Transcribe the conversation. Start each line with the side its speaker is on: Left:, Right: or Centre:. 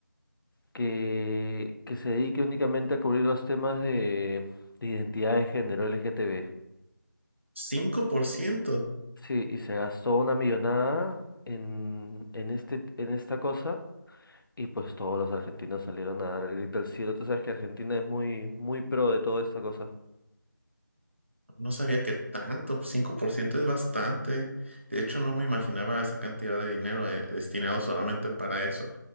Left: que, que se dedique únicamente a cubrir los temas de, de identidad de género LGTB.
Right: cinco por ciento
Left: Sí, y se gastó una millonada en, en este, en esta cosa. Y pues todos los argentinos salieron a dar el grito al cielo. Tú sabes que Argentina es muy, muy pro de toda esta cosa.
Right: No sabía que tanto, 5% es bastante. De hecho, no me imaginaba esa cantidad de dinero eh, destinado solamente para eso.